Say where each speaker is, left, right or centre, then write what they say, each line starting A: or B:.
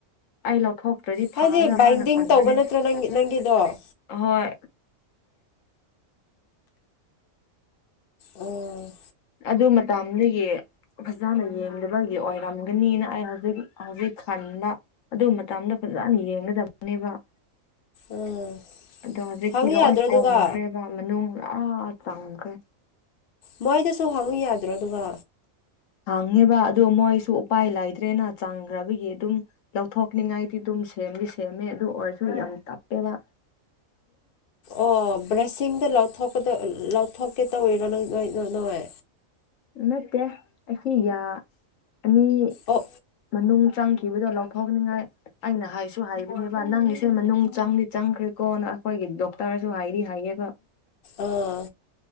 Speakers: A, on the left; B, on the left.
A: ꯑꯥꯏ ꯂꯧ ꯊꯣꯛ ꯇꯔ꯭ꯗꯤ
B: ꯍꯥꯏꯗꯤ
A: ꯐꯥꯒ꯭ꯔꯕꯅ
B: ꯕꯥꯏꯟꯗꯤꯡ
A: ꯈꯟꯕꯅꯦ
B: ꯇꯧꯕ ꯅꯠꯇ꯭ꯔꯣ ꯅꯪ ꯅꯪꯒꯤꯗꯣ ꯑꯥ
A: ꯍꯣꯏ
B: ꯎꯝ
A: ꯑꯗꯨ ꯃꯇꯝꯗꯨꯒꯤ ꯐꯖꯅ ꯌꯦꯡꯗꯕꯒꯤ ꯑꯣꯏꯔꯝꯒꯅꯤꯅ ꯑꯩ ꯍꯧꯖꯤꯛ ꯍꯧꯖꯤꯛ ꯈꯥꯟꯗ ꯑꯗꯨ ꯃꯇꯝꯗ ꯐꯖꯅ ꯌꯦꯡꯒꯗꯕꯅꯦꯕ
B: ꯎꯝ
A: ꯑꯗꯣ ꯍꯧꯖꯤꯛꯇꯤ
B: ꯍꯪꯉꯨ
A: ꯂꯣꯏ
B: ꯌꯥꯗ꯭ꯔꯣ ꯑꯗꯨꯒ
A: ꯀꯨꯝꯈ꯭ꯔꯦꯕ ꯃꯅꯨꯡ ꯑ ꯇꯪ ꯈꯔꯦ
B: ꯃꯣꯏꯗꯁꯨ ꯍꯪꯉꯨ ꯌꯥꯗ꯭ꯔꯣ ꯑꯗꯨꯒ
A: ꯍꯪꯅꯦꯕ ꯑꯗꯨꯣ ꯃꯣꯏꯁꯨ ꯎꯄꯥꯏ ꯂꯩꯇ꯭ꯔꯦꯅ ꯆꯥꯡꯈ꯭ꯔꯕꯒꯤ ꯑꯗꯨꯝ ꯂꯧꯊꯣꯛꯅꯤꯡꯉꯥꯏ ꯗꯨꯝ ꯁꯦꯝꯗꯤ ꯁꯦꯝꯃꯦ ꯑꯗꯨ ꯑꯣꯏꯔꯁꯨ ꯌꯥꯝ ꯇꯞꯄꯦꯕ
B: ꯑꯣ ꯕ꯭ꯔꯦꯁꯤꯡꯗ ꯂꯧꯊꯣꯛꯀ ꯂꯧꯊꯣꯛꯀꯦ ꯇꯧꯔꯣ ꯅꯪ ꯅꯣꯏ ꯅꯣꯏ
A: ꯅꯠꯇꯦ ꯑꯩꯈꯤ ꯌꯥ ꯑꯅꯤ
B: ꯑꯣ
A: ꯃꯅꯨꯡ ꯆꯪꯈꯤꯕꯗꯣ ꯂꯧꯊꯣꯛꯅꯤꯡꯉꯥꯏ ꯑꯩꯅ ꯍꯥꯏꯁꯨ ꯍꯥꯏꯕꯅꯦꯕ ꯅꯪ ꯒꯤꯁꯦ ꯃꯅꯨꯡ ꯆꯪꯗꯤ ꯆꯪꯈ꯭ꯔꯦꯀꯣꯅ ꯑꯈꯣꯏꯒꯤ ꯗꯣꯛꯇꯔꯁꯨ ꯍꯥꯏꯔꯤ ꯍꯥꯏꯌꯦꯒ
B: ꯑꯥ